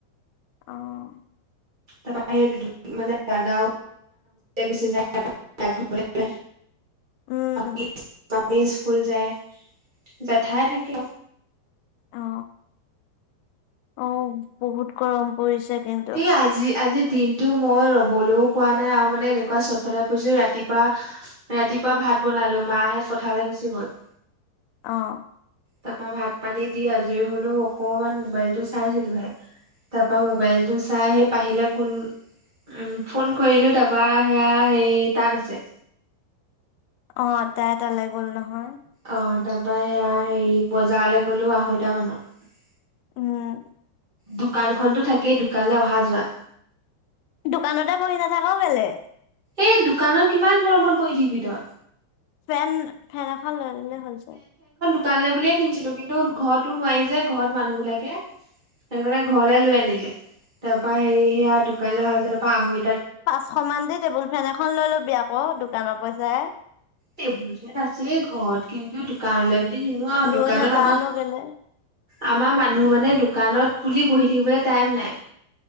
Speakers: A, on the left (about 80°); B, on the right (about 70°).
A: অহ।
B: তাৰপৰা সেই মানে দাদা গুচি যায়।
A: উম।
B: আমি স্কুল যায় জেঠাই থাকে।
A: অ অ বহুত গৰম পৰিছে। কিন্তু
B: আজি-আজি। দিনটো মই ৰ'বলৈও পোৱা নাই আৰু মানে এনেকুৱা সত-ফতাই ফুৰিছোঁ ৰাতিপা ৰাতিপুৱা ভাত। ভাত বনালো মাহঁত পথাৰলে গুচি গ'ল।
A: অ।
B: তাৰপা ভাত পানী দি আজৰি হলেও অকনমান মোবাইলটো চাই চিলোহে। তাৰপা মোবাইলটো চাই সেই পাহিলে ফোন। উম ফোন কৰিলো তাৰপা সেয়া হে তাত আছে।
A: অ তাই এটা লৈ গ'ল নহয়।
B: অ তাৰপা সেয়া হেৰি বজাৰলে গলো আঢ়ৈটা মানত।
A: উম।
B: দোকানখনতো থাকেই দোকানলৈ অহা যোৱা।
A: দোকানতে বহি নাথাক কেলে।
B: এই দোকানত কিমান গৰমত বহি থাকিবি তই?
A: ফেন-ফেন এখন লৈ ল'লে হ'ল চোন
B: <unintelligible> দোকানে বুলিয়ে কিনিছিলো কিন্তু ঘৰতো নোৱাৰি যে ঘৰত মানুহ বিলাকে সেইটো কাৰণে ঘৰলৈ লৈ আনিলে তাৰ পৰাৰা সেৰি সেয়া দোকানলৈ অহা যায় তাৰ পৰা আহৈ
A: পাঁচশ মান দি টেবুল ফেন এখন লৈ লবি আকৌ দোকানৰ পইচাই
B: টেবুল ফেন আছে ঘৰত কিন্তু দোকানলৈ বুলি নিনোৱা
A: লৈ
B: দোকানত
A: নাযাওনো
B: আমাৰ
A: কেলে
B: আমাৰ মানুহ মানে দোকানত বুলি বহি থাকিবলৈ টাইম নাই।